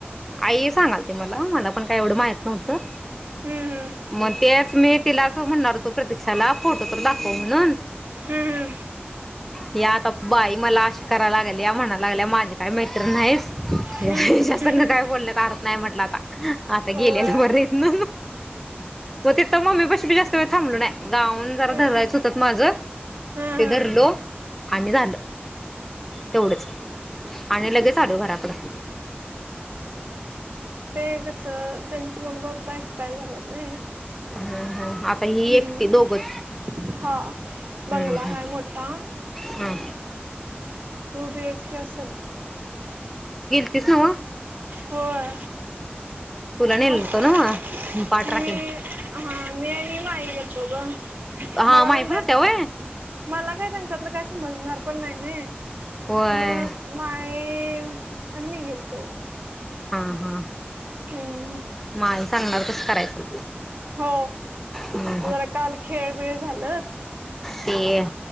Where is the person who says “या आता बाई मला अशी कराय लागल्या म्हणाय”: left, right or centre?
Centre